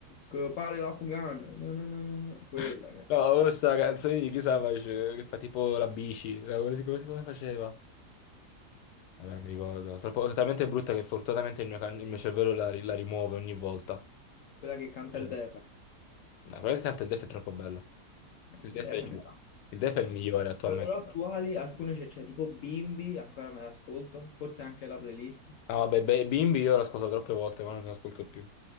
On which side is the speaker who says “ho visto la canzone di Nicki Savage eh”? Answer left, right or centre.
Left